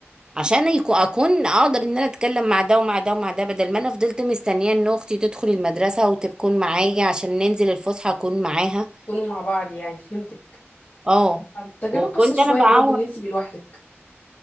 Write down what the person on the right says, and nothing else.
عشان يكون اكون اقدر ان انا اتكلم مع ده ومع ده ومع ده بدل ما انا فضلت مستنيه ان اختي تدخل المدرسه وتكون معايا عشان ننزل الفسحه اكون معاها
اه
وكنت
انا بعوض